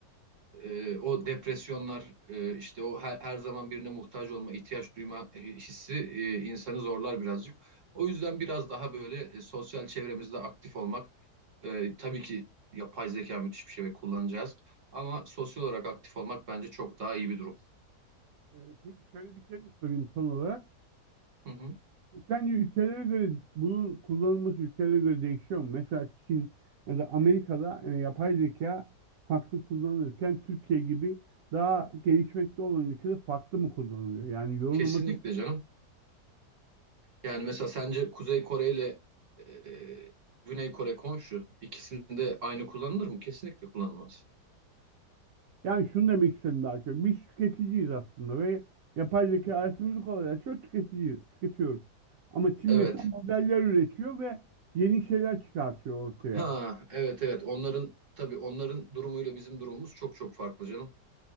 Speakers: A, on the right (about 50°); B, on the right (about 70°).
A: e, o depresyonlar, e, işte o her, her zaman birine muhtaç olma, ihtiyaç duyma e, hissi e, insanı zorlar birazcık. O yüzden biraz daha böyle e, sosyal çevremizde aktif olmak ee, tabii ki yapay zeka müthiş bir şey ve kullanacağız. Ama sosyal olarak aktif olmak bence çok daha iyi bir durum.
B: Ee, peki şöyle bir şey de sorayım son olarak.
A: Hı hı.
B: Bu sence ülkelere göre bunun kullanılması ülkelere göre değişiyor mu? Mesela Çin ya da Amerika'da e, yapay zeka farklı kullanılırken Türkiye gibi daha gelişmekte olan ülkede farklı mı kullanılıyor? Yani yorumlaması
A: Kesinlikle canım. Yani mesela sence Kuzey Kore ile e, Güney Kore komşu ikisinde aynı kullanılır mı? Kesinlikle kullanılmaz.
B: Yani şunu demek istedim daha çok. Biz tüketiciyiz aslında ve yapay zeka hayatımızı kolaylaştırıyor, tüketiciyiz, tüketiyoruz. Ama Çin
A: Evet.
B: mesela modeller üretiyor ve yeni şeyler çıkartıyor ortaya.
A: Ha, evet evet. Onların tabii onların durumuyla bizim durumumuz çok çok farklı canım.